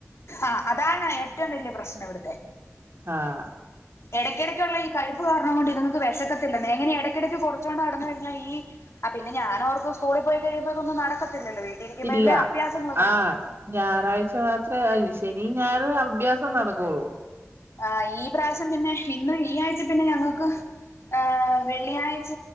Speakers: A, on the left; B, on the right.
A: ആ അതാണ് ഏറ്റവും വലിയ പ്രശ്നം വിടുത്തെ.
B: ആഹ്
A: ഇടയ്ക്കിടക്കുള്ള ഈ കഴിപ്പ് കാരണം കൊണ്ട് ഇതിങ്ങക്ക് വിശക്കത്തില്ലെന്ന് എങ്ങനെ ഇടക്കിടക്ക് കൊറിച്ചോണ്ട് നടന്ന് കഴിഞ്ഞാൽ ഈ ആ പിന്നെ ഞാൻഓർക്കുവ സ്കൂളിൽ പോയി കഴിയുമ്പോഇതൊന്നും നടക്കത്തില്ലല്ലോ വീട്ടിലിരിക്കുമ്പോഴല്ലേ
B: ഇല്ല
A: അഭ്യാസങ്ങളൊക്കെ
B: ആഹ് ഞാറാഴ്ച മാത്ര ശനിം ഞായറും അഭ്യാസം നടക്കൊള്ളൂ.
A: ആ ഈ പ്രാവശ്യം പിന്നെ ഇന്ന് ഈ ആയ്ച പിന്നെ ഞങ്ങക്ക് ആ വെള്ളിയാഴ്ച